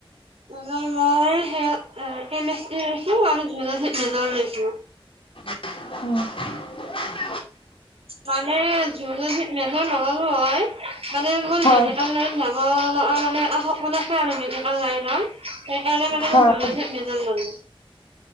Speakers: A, on the right (about 80°); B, on the left (about 65°).
A: মই সেই এ, কেমেষ্ট্ৰীত লৈছোঁ আৰু জুলজিত মেজৰ লৈছোঁ।
B: <inaudible>
A: মানে জোলজিত মেজৰ নল'লো হয়, মানে মই <unintelligible>
B: হয়
A: অ', ন মানে সপোন আছে আৰু <unintelligible> লাইন সেইকাৰণে মানে
B: হয়
A: জোলজিত মেজৰ ল'লো।